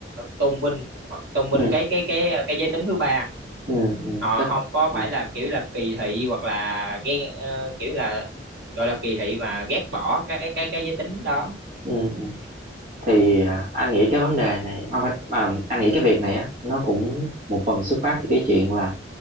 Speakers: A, on the right; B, on the right.
A: tôn vinh tôn vinh
B: ừ
A: cái cái cái cái giới tính thứ ba
B: ừ ừ
A: họ
B: chắc
A: không có
B: ừ
A: phải là kiểu là kỳ thị hoặc là ghen ờ, kiểu là gọi là kỳ thị mà ghét bỏ cái cái cái giới tính đó
B: ừ ừ. thì à, anh nghĩ cái vấn đề này ông phải à, anh nghĩ cái việc này á nó cũng một phần xuất phát từ cái chuyện là